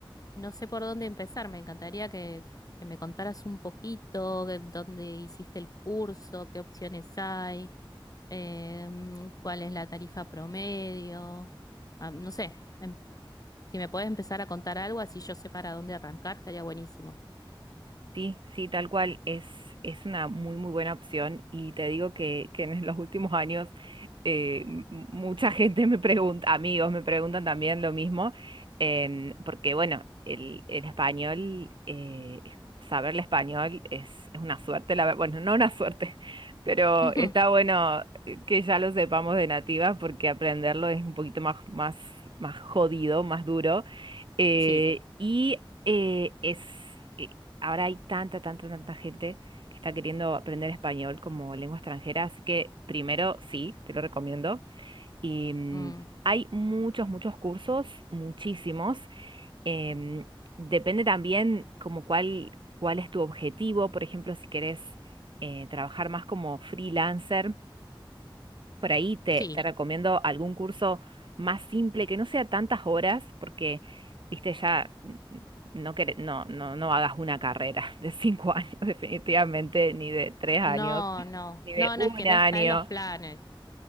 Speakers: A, on the left (about 40°); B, on the right (about 60°).
A: no sé por dónde empezar. Me encantaría que, que me contaras un poquito de dónde hiciste el curso, qué opciones hay, em, cuál es la tarifa promedio. Ah, no sé, em, si me puedes empezar a contar algo, así yo sé para dónde arrancar, estaría buenísimo.
B: Sí, sí, tal cual. Es, es una muy, muy buena opción. Y te digo que, que en los últimos años eh, m- mucha gente me pregunta, amigos me preguntan también lo mismo, em, porque bueno, el, el español, eh, es- saber el español es, es una suerte, la, ver- bueno, no una suerte, <laughs> pero
A: <laughs> Ujú.
B: está bueno eh, que ya lo sepamos de nativa porque aprenderlo es un poquito más, más, más jodido, más duro. Eh,
A: Sí,
B: y eh, es, eh, ahora hay tanta, tanta, tanta gente que está queriendo aprender español como lengua extranjera, así que primero sí, te lo recomiendo. Y mm,
A: mm,
B: hay muchos, muchos cursos, muchísimos. Em, depende también como cuál, cuál es tu objetivo, por ejemplo, si querés eh, trabajar más como freelancer. Por ahí te,
A: sí.
B: te recomiendo algún curso más simple, que no sea tantas horas, porque, viste, ya n- n- no, quere- no, no, no hagas una carrera <laughs> de cinco años, definitivamente, ni de tres
A: No,
B: años,
A: no,
B: ni de
A: no,
B: un
A: no, es que no
B: año.
A: está en los planes.